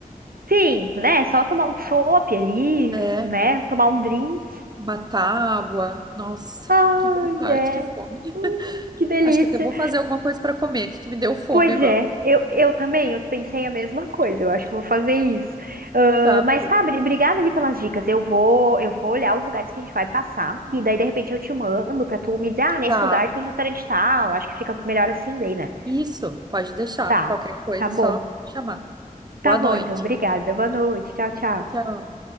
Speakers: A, on the right; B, on the right.
A: sim, né? Só tomar um chopp ali,
B: É,
A: né? Tomar um drink.
B: uma tábua. Nossa,
A: Ai,
B: que vontade,
A: é.
B: que fome.
A: Hum, que delícia.
B: Acho que até vou fazer alguma coisa para comer, que que me deu fome
A: Pois
B: agora.
A: é, eu, eu também, eu pensei a mesma coisa. Eu acho que eu vou fazer isso. Ah,
B: Tá,
A: mas
B: bom.
A: tá, bri- obrigada ali pelas dicas. Eu vou, eu vou olhar os lugares que a gente vai passar e daí de repente eu te mando pra tu me dizer, ah, nesse
B: tá.
A: lugar tem restaurante tal. Acho que fica melhor assim daí, né?
B: Isso, pode deixar.
A: Tá,
B: Qualquer coisa,
A: tá
B: é
A: bom.
B: só chamar. Boa
A: Tá bom,
B: noite.
A: então. Obrigada. Boa noite. Tchau, tchau.
B: Tchau.